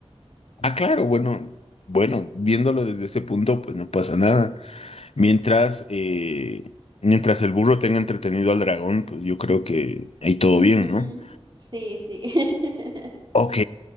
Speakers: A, on the left (about 70°); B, on the right (about 45°).
A: Ah, claro, bueno, bueno, viéndolo desde ese punto, pues no pasa nada. Mientras, eh, mientras el burro tenga entretenido al dragón, pues yo creo que ahí todo
B: Ujú,
A: bien, ¿no?
B: Sí, sí. <laughs>
A: Ok.